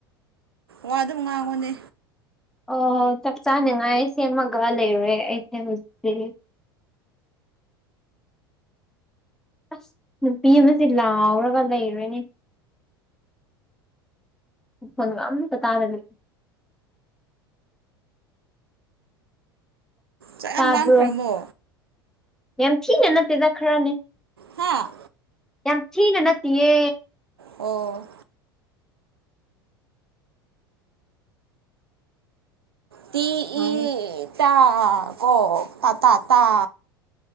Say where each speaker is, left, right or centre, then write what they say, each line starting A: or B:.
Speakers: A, on the right; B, in the centre.
A: ꯋꯥ ꯑꯗꯨꯝ ꯉꯥꯡꯉꯨꯅꯦ
B: ꯑꯣ ꯆꯥꯛ ꯆꯥꯅꯤꯡꯉꯥꯏ ꯁꯦꯝꯃꯒ ꯂꯩꯔꯦ ꯑꯩꯁꯦ ꯍꯧꯖꯤꯛꯇꯤ ꯑꯁ ꯅꯨꯄꯤ ꯑꯃꯖꯦ ꯂꯥꯎꯔꯒ ꯂꯩꯔꯦꯅꯦ ꯃꯈꯣꯟꯒ ꯑꯝꯇ ꯇꯥꯗꯕꯤ
A: ꯆꯥꯛ ꯌꯥꯝ
B: ꯇꯕ꯭ꯔꯣ
A: ꯂꯥꯝꯈ꯭ꯔꯕꯣ
B: ꯌꯥꯝ ꯊꯤꯅ ꯅꯠꯇꯦꯗ ꯈꯔꯅꯤ
A: ꯍꯥ
B: ꯌꯥꯝ ꯊꯤꯅ ꯅꯠꯇꯤꯌꯦ
A: ꯑꯣ ꯇꯤ
B: ꯍꯥ
A: ꯏ ꯇ ꯀꯣ ꯇ ꯇ ꯇꯥ